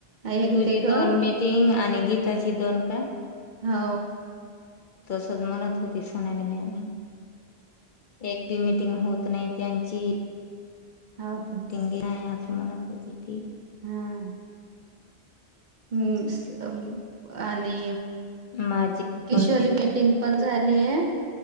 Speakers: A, on the right (about 55°); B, on the left (about 60°).
A: एक
B: तुझी
A: ते ग हो
B: दोन मिटिंग आणि गीताची दोन का
A: हो
B: तसच म्हणत होती सणाली म एक दी मिनट मिटींग होत नाही त्यांची
A: हो का
B: मिटींग घेणार असं म्हणत होती ती
A: हम हम् आणि
B: माझी दोन
A: किशोरी मीटिंग पण झालीय